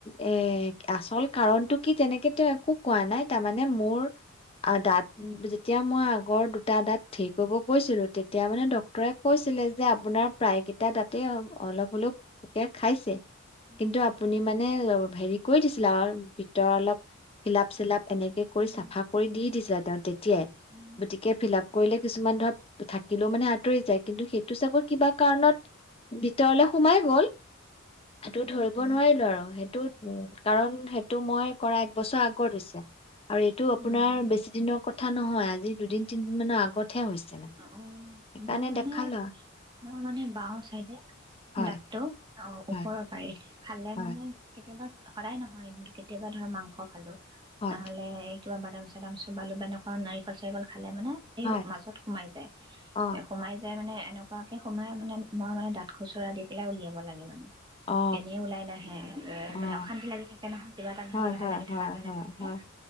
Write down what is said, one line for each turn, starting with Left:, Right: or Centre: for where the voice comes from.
Left: এ আচল কাৰণতটো কি তেনেকে একো কোৱা নাই তাৰমানে মোৰ দাত যেতিয়া মই আগৰ দুটা দত থেৰ কৰিব গৈছিলো তেতিয়া মানে
Right: অ',
Left: ডক্তৰে কৈছিলে যে আপোনাৰ প্ৰায় কেইটা দাতেই অলপ হলো পোকে খাইছে
Right: উম
Left: কিন্তু আপুনি মানে অ হেৰি কৰি দিছিলে আৰু ভিতৰৰ অলপ ফিলাপ চিলাপ এনেকে কৰি
Right: উম
Left: চাফা কৰি দি দিছিলে তেওঁ তেতিয়াই
Right: উম
Left: গতিকে ফিল আপ কৰিলে কিছুমান ধৰক থাকিলেও মানে আঁতৰি যায় কিন্তু সেইটো চাগৈ কিবা কাৰণত ভিতৰলে সোমাই গল সেইটো ধৰিব
Right: উম
Left: নোৱাৰিলো আৰু সেই টো উম কাৰণ সেইটো মই কৰা বছৰ আগৰত হৈছে আৰু এইটো আপোনাৰ
Right: উম উম
Left: বেছি দিনৰ কথ কথা নহয় আজি দুদিন তিনদিন মানৰ আগতহে হৈছে মানে
Right: অ
Left: সেইকাৰণে
Right: মোৰ মানে
Left: দেখালো
Right: মোৰ মানে বাৰ চাইদে
Left: হয়
Right: দাতটো অ
Left: হয়
Right: ওপৰৰ পাৰি খালে
Left: হয়
Right: মানে কেতিয়াবা সদায় নহয় কিন্তু কেতিয়াবা ধৰ মাংস খালো।
Left: হয়
Right: নহলে এই টু বাদাম চু বাদাম চুবালু এনেকুৱা নাৰিকল চাৰিকল খা খালে মানে এও
Left: হয়
Right: মাজত এ জাই
Left: অ
Right: সোমাই যায়। মানে এনেকুৱাকে সোমাই মানে মই মানে দাঁত খুচুৰা দি পেলাই উলিয়াব লাগে মানে।
Left: অ
Right: এনে ওলাই নাহে এ
Left: অ
Right: মানে অশান্তি লাগি থাকে নহয় কিবা এটা নহয়
Left: হয়,
Right: কিবা এটা
Left: হয়,
Right: লাগি
Left: হয়,
Right: থাকা আজ
Left: হয়,
Right: লাগি থাকে
Left: হয়,